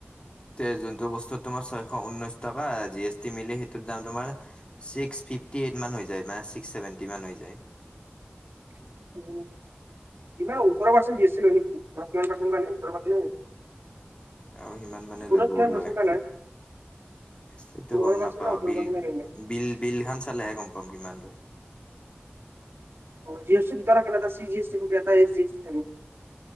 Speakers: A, on the left (about 25°); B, on the right (about 75°).
A: তে যোনটো বস্তুত তোমাৰ ছয়শ ঊনৈশ টকা জি এছ টি মিলি সেইটোৰ দাম তোমাৰ ছিক্স ফিফটি এইট মান হৈ যায় মানে ছিক্স চছেভেন্টি মান হৈ যায়।
B: <unintelligible> উ ইমান ওঠৰ পাৰ্চেন্ট দিয়ছিলো নেকি পাৰ্চ <unintelligible> মানে
A: আৰু সিমান মানে
B: সুৰত
A: লয় বহুত
B: কিমান পাৰ্চেণ্ট
A: লয়
B: কাৰণে?
A: সেইটো
B: পোন্ধৰ
A: গম
B: পাৰ্চেণ্ট
A: নাপাও
B: না ওঠৰ
A: বিল
B: পাৰ্চেণ্ট
A: বিল বিল খন চালেহে গম পাম কিমান লয়।
B: জি এ ি বিিক জি এ ি এ জি এ <unintelligible>